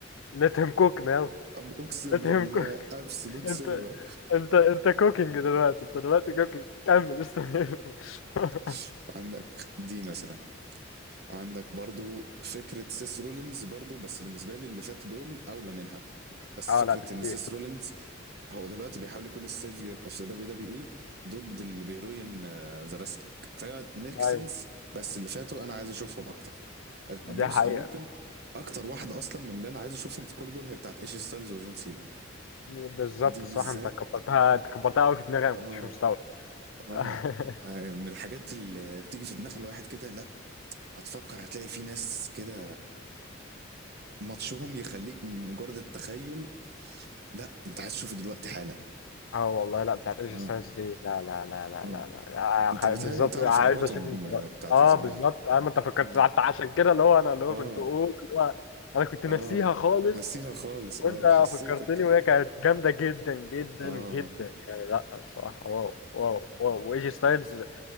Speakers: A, on the left; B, on the right.
A: لا، let him cook now
B: أم- اقسم
A: let
B: بالله
A: him cook
B: ابسولوت
A: <laughs>
B: سينما
A: انت انت انت كوكينج دلوقتي انت دلوقتي كوكينج كمل استمر <laughs>
B: <laughs> عندك دي مثلا عندك برضو فكرة سيس رولينز برضو بس بالنسبة لي اللي فات دول أولى منها بس
A: اه
B: فكرة
A: لا بكتير
B: إن سيس رولينز هو دلوقتي بيحاول يكون السيفير اوف ذا دبليو دبليو اي ضد اللي بيروين ذا رسلينج فهي ميك
A: اي
B: سنس بس اللي فاتوا انا عايز اشوفهم اكتر أ-
A: دي
B: بص
A: حقيقة
B: انا ممكن اكتر واحدة اصلا من اللي انا عايز اشوفهم في كل دول هي بتاعت ايشي ستايلز وجون سينا
A: بالظبط
B: دي
A: صح
B: بالذات
A: انت كبرتها انت كبرتها قوي في دماغي انا ما
B: اه
A: كنتش مستوعب
B: اه
A: <laughs>
B: آه، من الحاجات اللي بتيجي في دماغ الواحد كده لا هتفكر هتلاقي في ناس كده ماتشهم يخليك من مجرد التخيل لا انت عايز تشوفه دلوقتي حالا
A: اه والله لا بتاعت ايج
B: اه
A: ستايلز دي لا لا لا لا
B: اه
A: لا لا آه،
B: انت
A: خ-
B: بتهيألي
A: بالظبط
B: تعرف
A: عايز
B: عداوتهم
A: اشوف دلوقتي
B: بتاعت
A: اه
B: زمان
A: بالظبط انا انت فكرت
B: اه
A: حتى عشان كده اللي هو انا اللي هو
B: اه
A: كنت اقول اللي هو انا كنت
B: اه
A: ناسيها خالص
B: نسيها خالص
A: وانت
B: اه حسيتك
A: فكرتني
B: كده
A: وهي كانت جامده جدا جدا
B: اه
A: جدا يعني لا الصراحه واو واو واو وايج ستايلز